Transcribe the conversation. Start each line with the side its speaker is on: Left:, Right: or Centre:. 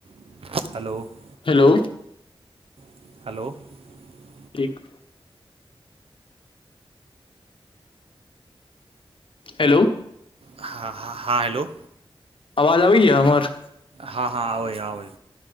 Right: <inaudible>
Left: hello
Right: <inaudible>
Left: एक hello
Right: हँ हँ हेलो
Left: आवाज आबै या हमर
Right: हँ हँ आबै आबै